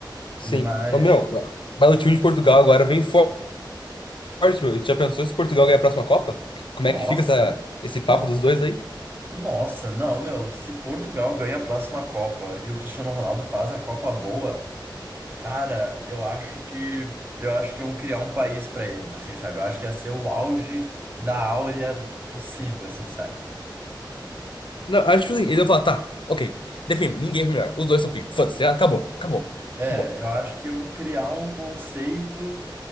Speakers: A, on the left (about 85°); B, on the right (about 25°).
A: Sim.
B: Mas,
A: Ô, meu, mas o time de Portugal agora vem forte. forte, meu. E tu já pensou se Portugal ganhar a próxima Copa? Que- Como
B: nossa,
A: é que fica essa, esse papo
B: no-
A: dos dois aí?
B: nossa, não, meu, se Portugal ganha a próxima Copa e o Cristiano Ronaldo faz a Copa boa, cara, eu acho que, eu acho que iam criar um país pra eles, assim, sabe? Eu acho que ia ser o auge da áurea possível, assim, sabe?
A: Não, acho que tipo assim, ele vai falar, tá, ok. Definimos, ninguém foi melhor. Os dois são pica. Foda-se, ah, acabou, acabou,
B: É,
A: acabou.
B: eu acho que iam criar um conceito.